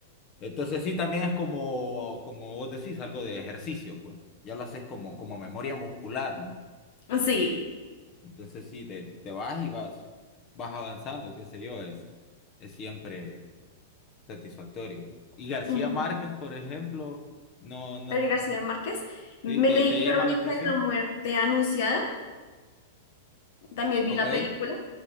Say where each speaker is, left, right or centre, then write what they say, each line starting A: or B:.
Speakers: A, on the left; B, on the left.
A: Entonces sí, también es como, como vos decís, algo de ejercicio, pues. Ya lo haces como, como memoria muscular, ¿no?
B: ujú. Sí.
A: Entonces sí, te, te vas y vas, vas avanzando, qué sé yo, es, es siempre satisfactorio. Y García
B: ujú.
A: Márquez, por ejemplo, no, no,
B: Gabriel
A: no-
B: García Márquez. Me
A: sí, te,
B: leí
A: te
B: Crónica
A: llama la atención.
B: de la Muerte Anunciada, también
A: Ok,
B: vi la película.